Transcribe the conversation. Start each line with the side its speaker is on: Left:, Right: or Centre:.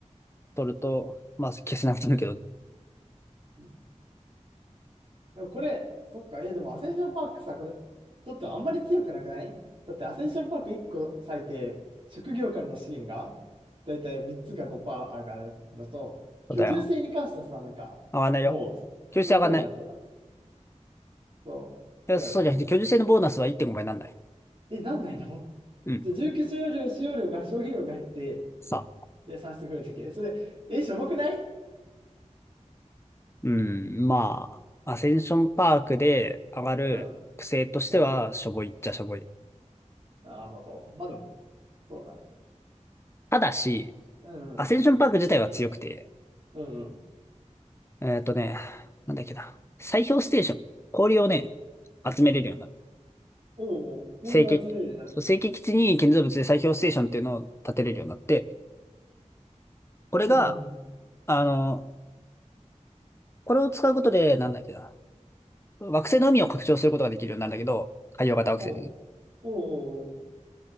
Left: 取ると、まあ消せなくなるけど、そ
Right: うんでもこれ、そっか、え、でもアセンションパークさ、これ、とってもあんまり強くなくないだってアセンションパーク1個割いて、職業からの資源が、だいたい3つが5%上がるのと、居住性に関してはさ、
Left: うだよ。
Right: なんか、
Left: 上がんないよ。
Right: もう、
Left: 居住性上がんない。
Right: その頃になったら、そう、
Left: いやそうじゃなくて、
Right: だよね。
Left: 居住性のボーナスは1.5倍なんない。
Right: え、なんないの
Left: うん。
Right: じゃあ住居使用量、使用量が、消費量が減って、
Left: さあ。
Right: で、算出が増えるとき。えそれ、え、しょぼくない
Left: うん、まあ、アセンションパークで上がる癖としては、
Right: うん。うん。
Left: しょぼいっちゃしょぼい。
Right: なるほど。まあでも、そうだね。
Left: ただし、
Right: うん、
Left: アセンションパーク自体は強くて、
Right: うん。うんうん。
Left: えっとね、なんだっけな、砕氷ステーション、氷をね、集めれるようになる。
Right: おうおう、氷を集めるようになる。
Left: 成形そう成形基地に建造物で砕氷ステーションっていうのを建てれるようになって、これが、
Right: うんうんうん。
Left: あの、これを使うことで、なんだっけな、惑星の海を拡張することができるようになるんだけど、海洋型惑星でね。
Right: おう、おう、